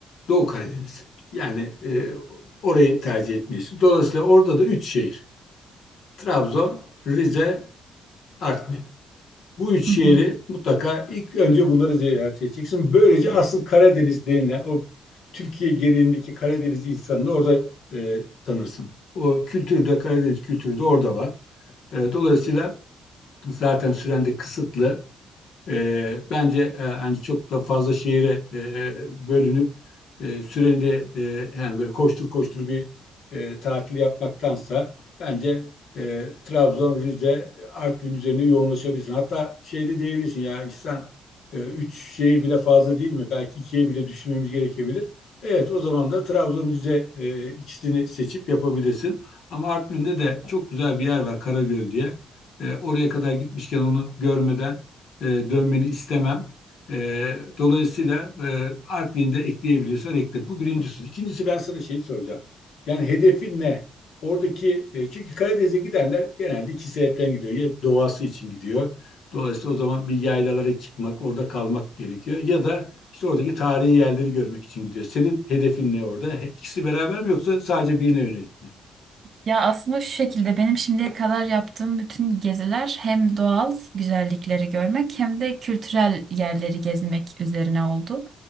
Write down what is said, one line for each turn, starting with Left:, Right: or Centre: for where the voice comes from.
Left: Doğu Karadeniz. Yani e, orayı tercih etmeyiz. Dolayısıyla orada da üç şehir. Trabzon, Rize, Artvin. Bu üç
Right: Hı
Left: şehri
Right: hı.
Left: mutlaka ilk önce bunları ziyaret edeceksin. Böylece asıl Karadeniz denilen o Türkiye genelindeki Karadeniz insanını orada e, tanırsın. O kültürde Karadeniz kültürü de orada var. E, dolayısıyla zaten süren de kısıtlı. E, bence e, hani çok da fazla şehire e, bölünüp e, süreni de e, yani böyle koştur koştur bir e, tatil yapmaktansa bence e, Trabzon, Rize, Artvin üzerine yoğunlaşabilirsin. Hatta şey de diyebilirsin ya İhsan e, üç şehir bile fazla değil mi? Belki ikiye bile düşünmemiz gerekebilir. Evet o zaman da Trabzon, Rize e, ikisini seçip yapabilirsin. Ama Artvin'de de çok güzel bir yer var Karagöl diye. E, oraya kadar gitmişken onu görmeden e, dönmeni istemem. E, dolayısıyla e, Artvin'i de ekleyebiliyorsan ekle. Bu birincisi. İkincisi ben sana şeyi soracağım. Yani hedefin ne? Oradaki e, çünkü Karadeniz'e gidenler genelde iki sebepten gidiyor. Ya doğası için gidiyor. Dolayısıyla o zaman bir yaylalara çıkmak, orada kalmak gerekiyor. Ya da işte oradaki tarihi yerleri görmek için gidiyor. Senin hedefin ne orada? İkisi beraber mi yoksa sadece birine yönelik mi?
Right: Ya aslında şu şekilde benim şimdiye kadar yaptığım bütün geziler hem doğal güzellikleri görmek hem de kültürel yerleri gezmek üzerine oldu.